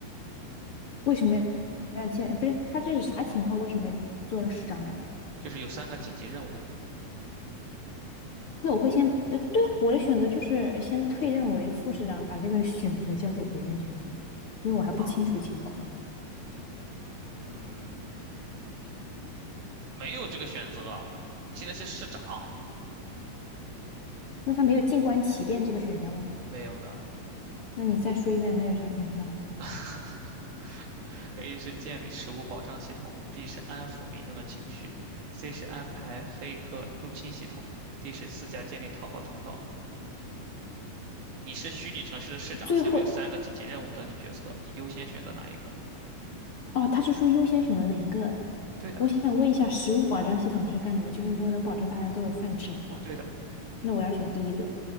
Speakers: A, on the left (about 45°); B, on the right (about 75°).
A: 为什么要见？不是，他这是啥情况？为什么做了市长呢？
B: 就是有三个紧急任务
A: 那我会先，呃，对啊，我的选择就是先退任为副市长，把这个选择交给别人去做，因为我还不清楚情况。
B: 啊，嗯，没有这个选择啊你现在是市长，
A: 那他没有静观其变这个选项吗？
B: 没有的。
A: 那你再说一遍，他有啥选项？
B: <laughs> A 是建立食物保障系统，B 是安抚民众的情绪，C 是安排黑客入侵系统，D 是私下建立逃跑通道。你是虚拟城市的市长，
A: 最后，
B: 下面有三个紧急任务等你决策，你优先选择哪一个？
A: 哦，他是说优先选择哪一个？
B: 对的，
A: 我想问一下，食物保障系统是干什么？就是说能保证大家都有饭吃，是吧？
B: 对的。
A: 那我要选第一个。